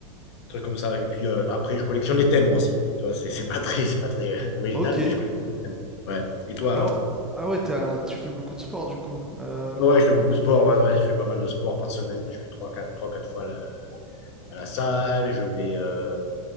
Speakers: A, on the left; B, in the centre.
A: trucs comme ça. Et puis euh, après, je collectionne les timbres aussi. Tu vois, c'est c'est pas très, c'est pas très <laughs> original,
B: Ok.
A: mais je collectionne les timbres. Ouais. Et toi,
B: Ah,
A: alors?
B: o- ah ouais, t'as- tu fais beaucoup de sport du coup. Euh,
A: Ouais, ouais, je fais beaucoup de sport. Ouais, ouais, je fais pas mal de sport par semaine. Je fais trois quatre trois quatre fois la- à la salle. Je vais, euh,